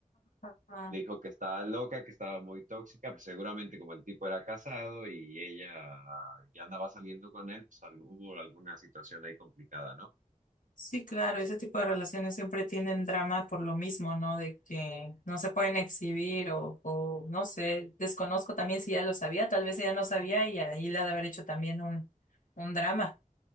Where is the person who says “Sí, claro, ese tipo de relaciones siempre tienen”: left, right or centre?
Left